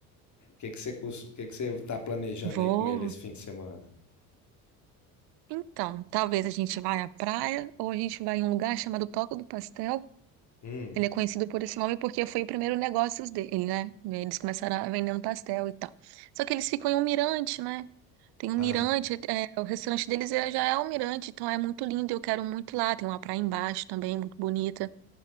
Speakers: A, on the left; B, on the right.
A: o que que você, cus- que que você tá planejando
B: vou.
A: aí com ele esse fim de semana?
B: Então, talvez a gente vá à praia ou a gente vai em um lugar chamado Toca do Pastel,
A: Hum,
B: Ele é conhecido por esse nome porque foi o primeiro negócio dele, né? Eles começaram a- vendendo pastel e tal. Só que eles ficam em um mirante, né? Tem um
A: ah,
B: mirante, é, é, o restaurante deles é- já é um mirante, então é muito lindo, eu quero muito lá. Tem uma praia embaixo também, muito bonita.